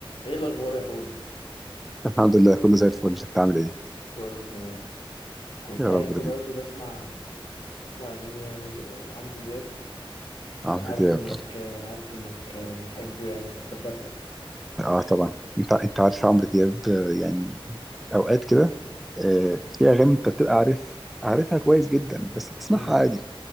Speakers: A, on the left; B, in the centre.
A: ايه الاخبار يا حود
B: الحمد لله كله زي الفل انت عامل ايه
A: كله تمام كنت
B: يا رب
A: قاعد دلوقتي
B: دايما
A: بسمع بسمع اغاني يعني ل- لعمرو دياب
B: عمرو
A: وعارف
B: دياب
A: انك عارف انك بتحبه يعني فافتكرتك
B: اه طبعا انت انت عارف عمرو دياب آه، يعني اوقات كده آه، في اغاني انت بتبقى عارف عارفها كويس جدا بس بتسمعها
A: أمم،
B: عادي